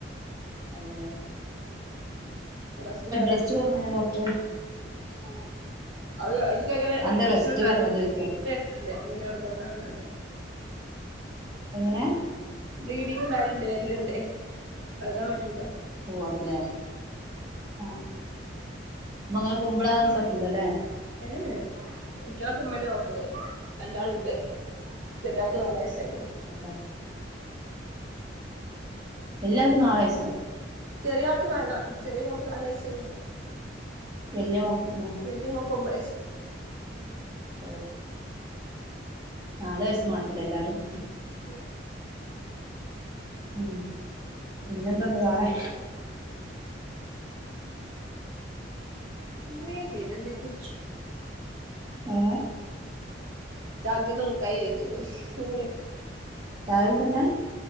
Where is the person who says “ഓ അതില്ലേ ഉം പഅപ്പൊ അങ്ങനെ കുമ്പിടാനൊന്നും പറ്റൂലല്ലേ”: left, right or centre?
Right